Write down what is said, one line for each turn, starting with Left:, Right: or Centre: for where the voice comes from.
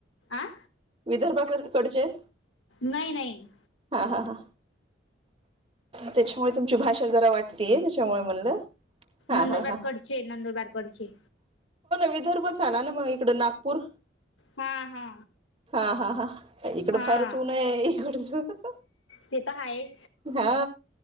Left: आं
Right: विदर्भाकडचे आहेत
Left: नाही नाही
Right: हा हा हा त्याच्यामुळे तुमची भाषा जरा वाटतीय त्याच्यामुळे म्हणलं हा
Left: नंदुरबार
Right: हा हा
Left: करचे नंदुरबार करचे
Right: विदर्भ झाला ना मग इकड नागपूर
Left: हा हा
Right: हा हा हा इकडं
Left: हा
Right: फार च उन आहे इकडच
Left: ते तर हाय
Right: हा